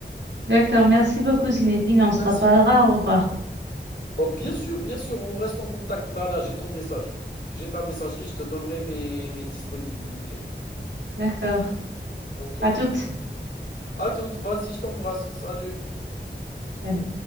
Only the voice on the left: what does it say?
Merci.
Oh, bien sûr, bien sûr, on reste en contact. Là, là, j'ai ton message. J'ai ta messagerie. Je te donnerai mes, mes disponibilités.
OK.
À toutes. Vas-y, je t'embrasse. Salut.